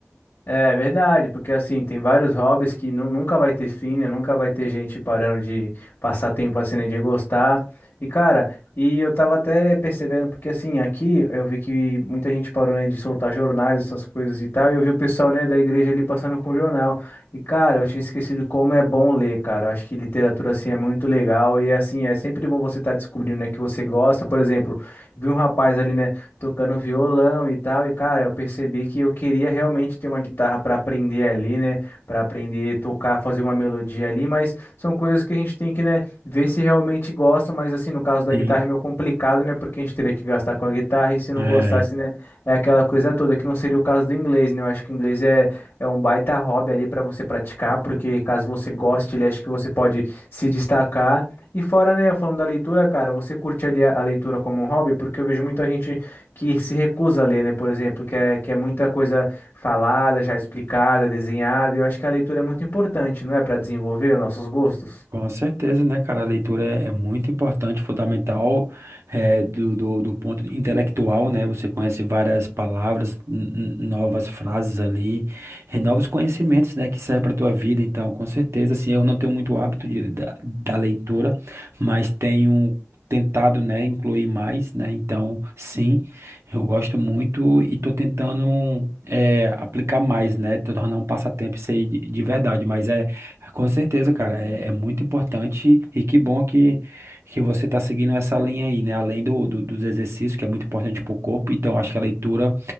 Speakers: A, on the left; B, on the right.
A: É verdade, porque assim, tem vários hobbies que nu- nunca vai ter fim, né? Nunca vai ter gente parando de passar tempo assim, né? De gostar. E cara, e eu tava até percebendo, porque assim, aqui eu vi que muita gente parou, né, de soltar jornais, essas coisas e tal, e eu vi o pessoal, né, da igreja ali passando com o jornal. E cara, eu tinha esquecido como é bom ler, cara. Eu acho que literatura assim é muito legal e assim, é sempre bom você estar descobrindo, né, que você gosta. Por exemplo, vi um rapaz ali, né? tocando violão e tal. E, cara, eu percebi que eu queria realmente ter uma guitarra para aprender ali, né? Para aprender a tocar, fazer uma melodia ali, mas são coisas que a gente tem que, né, ver se realmente gosta. Mas, assim, no caso da
B: Sim.
A: guitarra é meio complicado, né? Porque a gente teria que gastar com a guitarra e se não
B: É.
A: gostasse, né? É aquela coisa toda, que não seria o caso do inglês, né? Eu acho que o inglês é, é um baita hobby ali para você praticar, porque caso você goste, ele acha que você pode se destacar. E fora, né, falando da leitura, cara, você curte ali a, a leitura como um hobby? Porque eu vejo muita gente que se recusa a ler, né? Por exemplo, que é, que é muita coisa falada, já explicada, desenhada. Eu acho que a leitura é muito importante, não é? Para desenvolver os nossos gostos.
B: Com certeza, né, cara? A leitura é, é muito importante, fundamental, é, do, do, do ponto de- intelectual, né? Você conhece várias palavras, n- n- novas frases ali, e novos conhecimentos, né, que servem para tua vida. Então, com certeza, assim, eu não tenho muito hábito de, da, da leitura, mas tenho tentado, né, incluir mais, né? Então, sim, eu gosto muito e tô tentando, é, aplicar mais, né? Tô tornando um passatempo isso aí de, de verdade, mas é. Com certeza, cara, é, é muito importante e que bom que, que você está seguindo essa linha aí, né? Além do, do- dos exercícios, que é muito importante para o corpo, então acho que a leitura